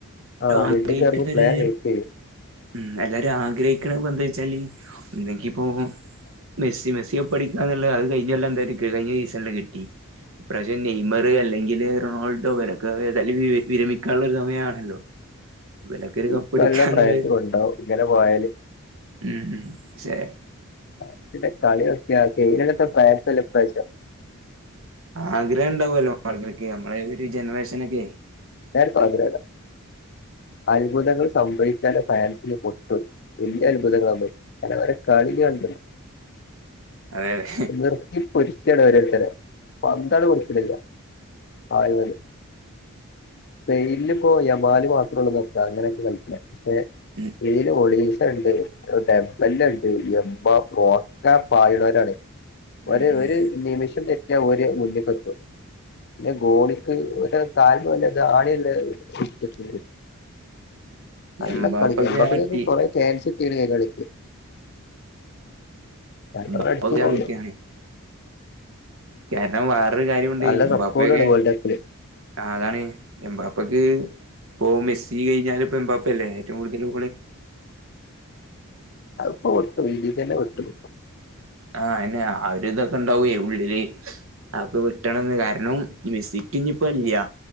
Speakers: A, on the left; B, on the right.
A: ആ
B: ആഗ്രഹിക്കുന്നഒരു
A: മിഡ്ക്ക് ഇറങ്ങി പ്ലെയർ വെയിറ്റ് ചെയ്യും
B: ഉം എല്ലാരും ആഗ്രഹിക്കണ എന്താ വെച്ചാല് ഒന്നെങ്കിപ്പോ മെസ്സി മെസ്സി കപ്പ് അടിക്കാന്ന്ള്ള അത് കഴിഞ്ഞൊല്ലാം എന്തായാലും കഴിഞ്ഞ സീസണില് കിട്ടി ഇപ്രാവശ്യം നെയ്മർ, അല്ലെങ്കില് റൊണാൾഡോ, ഇവരൊക്കെ ഏതായാലും വിരമിക്കാനുള്ള ഒരു സമയമാണല്ലോ? ഇവൽഒകെ ഒരു കപ്പ്
A: ഇക്കൊല്ലം
B: എടുക്കാന്ന്
A: ഫ്രാൻസ്
B: വി
A: കൊണ്ടോവും ഇങ്ങനെ പോയാല്
B: ഉം ഉം ചെ
A: ഫ്രാൻസിന്റെ കളി നോക്കിയ കഴിഞ്ഞകൊല്ലത്തെ ഫാൻസല്ല ഇപ്രാവശ്യം
B: ആഗ്രഹം ഉണ്ടാവുമല്ലോ ആക്ക് നമ്മളെ ഒരു ജനറേഷനൊക്കെ.
A: എല്ലാർക്കും ആഗ്രഹണ്ട് അത്ഭുതങ്ങൾ സംഭവിച്ചാലെ ഫ്രാൻസിന് പൊട്ടു വലിയ അത്ഭുതങ്ങളാണ് ഒലെ കളി കണ്ട്ണോയ്യ്
B: <unintelligible> അതെ അതെ
A: നിർത്തി പൊരിക്കാണ് ഓരോര്ത്തേരെ കൊട്ക്ക്‌ണില്ല <unintelligible> സ്പെയിനില് ഇപ്പോ യമാല് മാത്രം ഉള്ളൂ നിക്ക അങ്ങനെയൊക്കെ കളിക്കിണെ പക്ഷെ
B: ഉം
A: ഇൽ ഒളീസ ഉണ്ട് ഡംൽ ഉണ്ട് എപാ ഒകെ പായുന്നൊർ ആണ് ഒരു
B: ഉം ഉം
A: ഒരു നിമിഷം തെ റ്റിയ ഓര് മുന്നിക്കെത്തും പിന്നെ ഗോണിക്ക് ഒരു കാൽമേൽ ആണില്ലള്ള ഇരുന്നതിൽ നല്ല
B: എംമ്പാപ്പൊക്കെ
A: കളിക്കും എംമ്പാപ്പക്ക്‌
B: ആ
A: ഒക്കെ
B: ടീ
A: കൊറേ ചാൻസ് കിട്ടീന്ന് ഈ കളിക്ക് രണ്ട്ണം
B: എംമ്പാപ്പ
A: അടിച്ചുന്നേ ഒള്ളു
B: നിക്കാണ് കാരണം വേറൊരു കാര്യമുണ്ട്
A: നല്ല
B: എമ്പാപ്പയൊക്കെ.
A: റെക്കോർഡാണ് വേൾഡ് കപ്പില്
B: ആ അതാണ് എംപാപ്പക്ക് ഇ പോ മെസ്സി കഴിഞ്ഞാൽ ഇപ്പ എമ്പാപ്പയല്ലേ ഏറ്റവും കൂടു <unintelligible>
A: അത്ഇപ്പൊ പൊട്ടും ഇതിൽ തന്നെ പൊട്ടും
B: ആഹ അന്നെ അ ഒരു ഇതൊക്കെ ഇണ്ടാവേ ഉള്ളില് അപ്പോ കിട്ടണം കാരണം മേസിക്ക് ഇഞ്ഇപ്പോ ഇല്ല്യ